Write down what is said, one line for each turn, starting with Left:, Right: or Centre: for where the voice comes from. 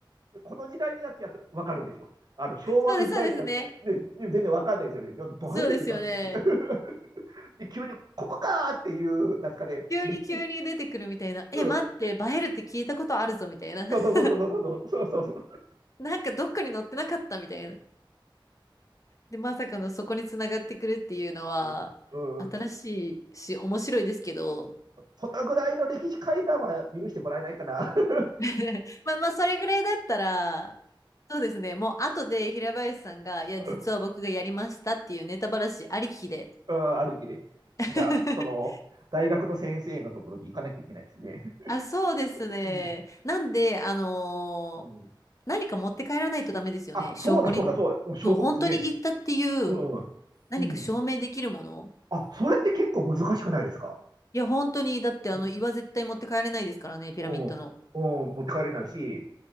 Right: この時代になってやっと分かるんですよ。あの、昭和の時代とかで、
Left: そうです、そうですね。
Right: ね、全然分かんないですよね。映えるって何みたいな。
Left: そうですよね。
Right: で、急に、ここかーっていう、なんですかね、
Left: 急に急に出てくるみたいな。
Right: 歴史、
Left: え、
Right: うん、
Left: 待って、バエルって聞いたことあるぞみたいな。
Right: そうそうそうそうそうそう、
Left: <laughs>
Right: そうそう
Left: なんかどっかに載ってなかったみたいな。で、まさかのそこにつながってくるっていうのは、
Right: そう、うん、
Left: 新しいし、
Right: うん、
Left: 面白いですけど、
Right: そのぐらいの歴史階段は許してもらえないかな。<laughs>
Left: <laughs> まあまあ、それぐらいだったら、そうですね、もう後で平林さんが、いや、
Right: うん
Left: 実は僕がやりましたっていうネタばらしありきで。
Right: うん、ある意味で。
Left: <laughs>
Right: じゃあ、その、大学の先生のところに行かなきゃいけないですね。
Left: あ、そうですね。
Right: うん、
Left: なんで、あのー何か持って帰らないとダメですよね。
Right: うん、あ、
Left: 証拠に。
Right: そうだそうだそうだ、もう証拠ですね。
Left: そう、本当に言ったっていう
Right: うん、
Left: 何か証明できるもの。
Right: うん。あ、それって結構難しくないですか
Left: いや、本当に、だってあの、
Right: うん、
Left: 岩絶対持って帰れないですからね、ピラミッドの。
Right: うん、うん持って帰れないし、